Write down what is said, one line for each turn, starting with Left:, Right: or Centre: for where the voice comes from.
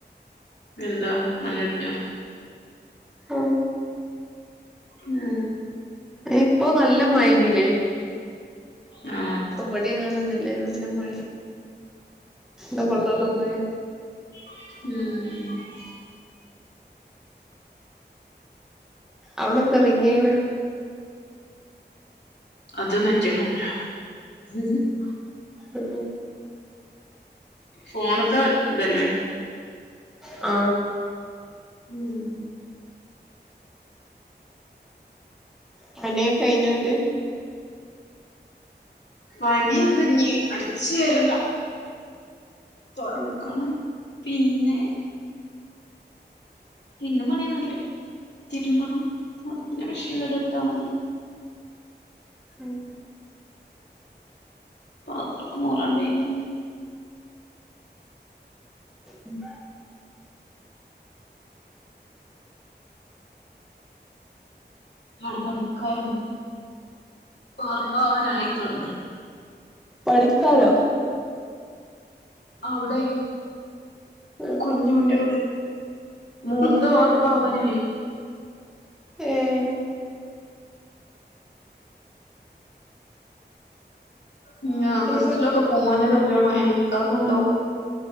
Left: എന്താ മണ്ണേട്ടിയൊ
Centre: ആ
Left: മ്
Centre: ഇപ്പൊ നല്ല മയേതില്ലേ
Left: ആ
Centre: വെടെയാനനല്ലേനു നല്ല മഴ എന്താ കൊള്ളെള്ള മഴേ
Left: മ്
Centre: അവിടെന്ത റിങ്ങിയ്ണ്
Left: അത് മറ്റേ ഫോണിലാ <unintelligible>
Centre: മ്
Left: ഫോണ്ത്തെ തല്ലേ
Centre: ആ
Left: മ്
Centre: പണിയൊക്കെഴിഞ്ഞോഅൻ്റേ
Left: പണി എന്തഞ്ഞീ അടിചെരണം തുടക്കണം
Centre: ഉം
Left: പിന്നെ പിന്നെ പണിയൊന്നുല്ല തിരുമ്പണം പിന്നെ മെഷീനില ഇടെ ഇട്ടാ മതി <inaudible>
Centre: ഉം
Left: പത്രൊക്കെ മോറണ്ടീനി
Centre: ഉം
Left: അവിടെ പണിക്കാരുണ്ട് വാർപ്പാവാനായിത്തൊടങ്ങി
Centre: പണിക്കാരോ
Left: അവിടെയ്
Centre: ആഹ്
Left: കുഞ്ഞൂന്റോടെ
Centre: അപ്പണ്ടല്ലേ
Left: മോൾത്തെ
Centre: ഉം
Left: പ്പാവനായി
Centre: ഏഹ്
Left: ഉം ആഗസ്റ്റിലൊക്കെ
Centre: പിന്നെ പെ
Left: പൂമോന്റെ ന്റെ കല്യാണം എനിക്കാഹും ഉണ്ടാവും